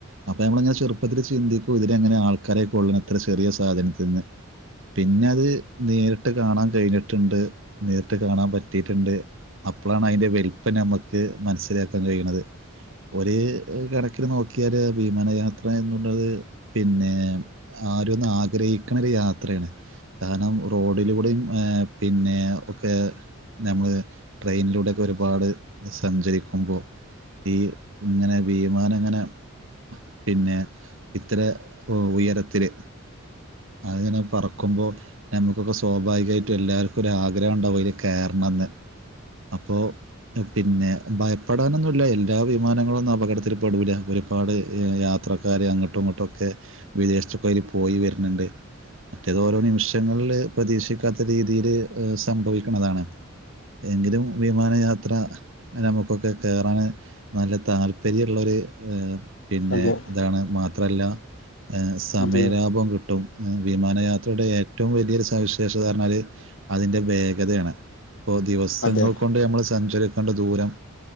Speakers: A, on the right; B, on the left.
A: അപ്പൊ നമ്മള് അങ്ങനെ - ചെറുപ്പത്തിൽ ചിന്തിക്കും ഇതിൽ ഇങ്ങനെ ആൾക്കാരെ കൊള്ളിക്കും എത്ര ചെറിയ സാധനത്തിൽ നിന്ന്- പിന്നെ അത് നേരിട്ട് കാണാൻ കഴിഞ്ഞിട്ടുണ്ട് നേരിട്ട് കാണാൻ പറ്റിയിട്ടുണ്ട്. അപ്പോഴാണ് അതിൻ്റെ വലിപ്പം ഞമക്ക് മനസ്സിലാക്കാൻ കഴിയണത് ഒര് കണക്കിന് നോക്കിയാല് വിമാനാ- എത്ര എന്നുള്ളത് പിന്നെ ആരും ഒന്ന് ആഗ്രഹിക്കണ ഒരു യാത്രയാണ് കാരണം റോഡിലൂടെയും പിന്നെ ഒക്കെ- നമ്മള് ട്രെയിനിലൂടെയൊക്കെ ഒരുപാട് സഞ്ചരിക്കുമ്പോ ഈ ഇങ്ങനെ വിമാനം ഇങ്ങനെ പിന്നെ ഇത്ര ഉയരത്തില് അത് ഇങ്ങനെ പറക്കുമ്പോൾ നമുക്കൊക്കെ സ്വാഭാവികായിട്ട് എല്ലാവർക്കും ഒരു ആഗ്രഹം ഉണ്ടാവും അതില് കേറണയെന്ന് അപ്പോ- പിന്നെ ഭയപ്പെടാനൊന്നുല്ല എല്ലാ വിമാനങ്ങളൊന്നും അപകടത്തിൽ പെടൂല ഒര്- ഒരുപാട് യാത്രക്കാര് അങ്ങോട്ടി ങ്ങോട്ടൊക്കെ വിദേശത്തൊക്കെ അയില് പോയി വരുന്നുണ്ട് മറ്റേതൊ നിമിഷങ്ങളില് പ്രതീക്ഷിക്കാത്ത രീതിയില് സംഭവിക്കുന്നതാണ് എങ്കിലും വിമാനയാത്ര- അങ്ങെനെ നമുക്കൊക്കെ കേറാന് നല്ല താല്പര്യള്ളൊരു ഏഹ് പിന്നെ
B: അതെ
A: ഇതാണ് മാത്രല്ല സമയലാഭം
B: അതെ
A: കിട്ടും വിമാനയാത്രയുടെ ഏറ്റവും വലിയൊരു സവിശേഷത എന്ന് പഞ്ഞാല് അതിന്റെ വേഗതയാണ് ഇപ്പൊ ദിവസങ്ങൾ
B: അതെ
A: കൊണ്ട് നമ്മള് സഞ്ചരിക്കണ്ട ദൂരം